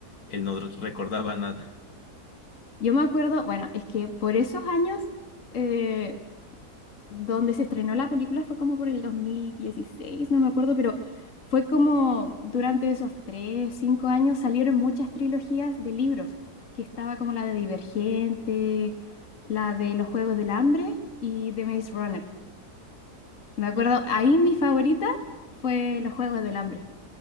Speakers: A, on the left; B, on the left.
A: él no recordaba nada.
B: Yo me acuerdo, bueno, es que por esos años eh, donde se estrenó la película fue como por el 2016, no me acuerdo, pero fue como durante esos tres, cinco años salieron muchas trilogías de libros, que estaba como la de Divergente, la de Los Juegos del Hambre y de Maze Runner. Me acuerdo,
A: Eh,
B: ahí mi favorita fue Los Juegos del Hambre.